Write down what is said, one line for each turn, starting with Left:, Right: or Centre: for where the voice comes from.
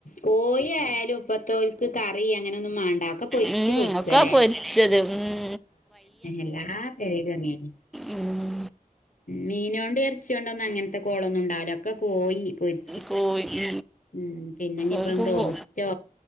Left: കോയിയാലും ഇപ്പതോൽ കറി അങ്ങനെ ഒന്നും മണ്ട ഒക്കെ പൊരിച്ച്
Centre: ഉം
Left: കൊടുക്കല്ലേെ
Centre: ഒക്കെ പൊരിച്ചത് ഉം
Left: എല്ലാ <unintelligible>
Centre: ഉം
Left: മീനോണ്ട് ഇറച്ചൊണ്ട ഒന്നും അങ്ങനത്തെ കോളൊന്നും ഉണ്ടാവില്ലൊക്കെ കോയി പൊരി
Centre: കോഴി
Left: ഉം പിന്നെ ഇഞ്ഞിപ്പം
Centre: ഓര്ക്ക്
Left: ബ്രോസ്റ്റോ
Centre: കോ